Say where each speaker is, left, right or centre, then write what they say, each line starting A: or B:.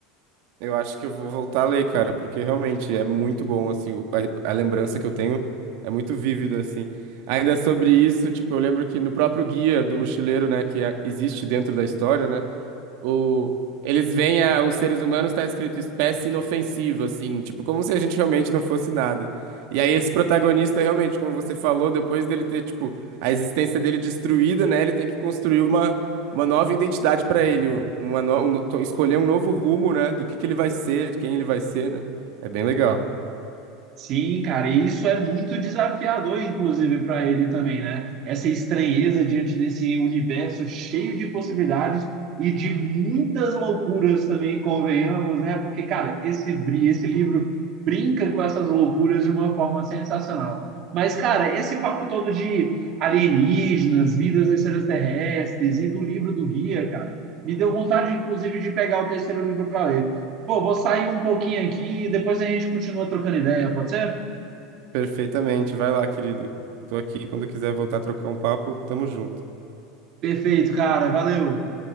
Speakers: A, on the right; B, on the right.
A: Eu acho que eu vou voltar a ler, cara, porque realmente é muito bom, assim, o- a, a lembrança que eu tenho é muito vívida, assim. Ainda sobre isso, tipo, eu lembro que no próprio guia do mochileiro, né, que a- existe dentro da história, né? O, eles veem a- os seres humanos, tá escrito espécie inofensiva, assim, tipo, como se a gente realmente não fosse nada. E aí esse protagonista, realmente, como você falou, depois dele ter, tipo, a existência dele destruída, né, ele tem que construir uma, uma nova identidade pra ele, um- uma no- um no- to- escolher um novo rumo, né, do que que ele vai ser, de quem ele vai ser, né. É bem legal.
B: Sim, cara, e isso é muito desafiador, inclusive, para ele também, né? Essa estranheza diante desse universo cheio de possibilidades e de muitas loucuras também, convenhamos, né? Porque, cara, esse, bri- esse livro brinca com essas loucuras de uma forma sensacional. Mas, cara, esse papo todo de alienígenas, vidas extraterrestres e do livro do guia, cara, me deu vontade, inclusive, de pegar o terceiro livro para ler. Pô, vou sair um pouquinho aqui e depois a gente continua trocando ideia, pode ser?
A: Perfeitamente. Vai lá, querido. Tô aqui, quando quiser voltar a trocar um papo, tamo junto.
B: Perfeito, cara. Valeu.